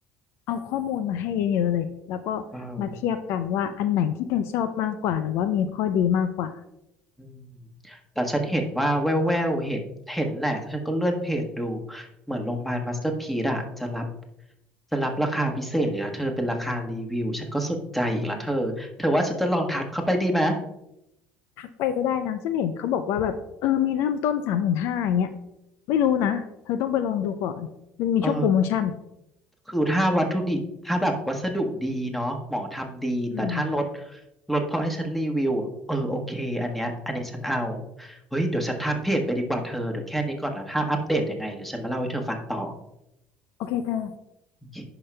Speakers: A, on the left; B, in the centre.
A: เอาข้อมูลมาให้เยอะๆเลยแล้วก็
B: เออ
A: มาเทียบกันว่าอันไหนที่เธอชอบมากกว่าหรือว่ามีข้อดีมากกว่า
B: อืมแต่ฉันเห็นว่าแววแววเห็นเห็นแหละฉันก็เลื่อนเพจดู เหมือนโรงพยาบาลมาสเตอร์พีซอะจะรับจะรับราคาพิเศษอีกแล้วเธอเป็นราคารีวิวฉันก็สนใจอีกแล้วเธอเธอว่าฉันจะลองทักเข้าไปดีไหม
A: ทักไปก็ได้นะฉันเห็นเขาบอกว่าแบบเออมีเริ่มต้นสามหมื่นห้าอย่างเงี้ยไม่รู้นะเธอต้องไปลองดูก่อนมันมีช่วงโปรโมชั่น
B: เออ คือถ้าวัตถุดิบถ้าแบบวัสดุดีเนาะหมอทำดีแต่ถ้ารถ
A: อืม
B: รถพอให้ฉันรีวิวอะเออโอเคอันเนี้ยอันเนี้ยฉันเอาเฮ้ยเดี๋ยวฉันทักเพจไปดีกว่าเธอเดี๋ยวแค่นี้ก่อนแล้วถ้าอัปเดตยังไงเดี๋ยวฉันมาเล่าให้เธอฟังต่อ
A: โอเคเธอ
B: โอเค